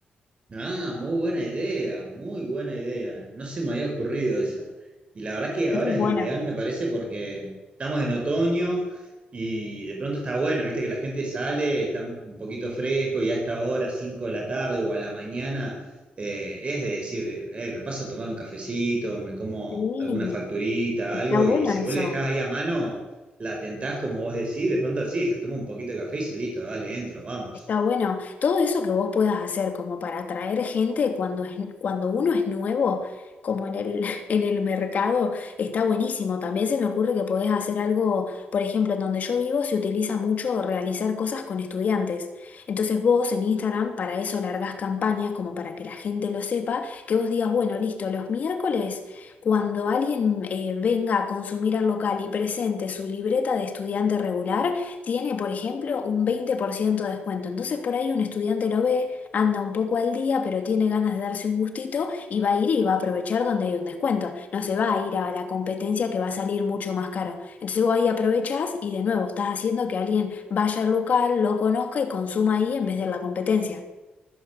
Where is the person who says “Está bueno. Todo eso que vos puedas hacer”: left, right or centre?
Left